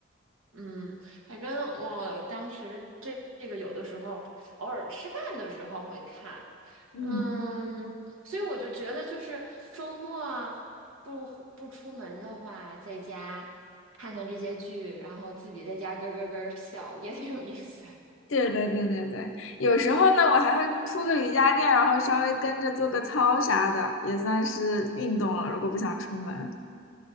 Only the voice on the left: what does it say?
嗯，
对对对对对，有时候呢，我还会铺个瑜伽垫，然后稍微跟着做个操啥的，也算是运动了。如果不想出门，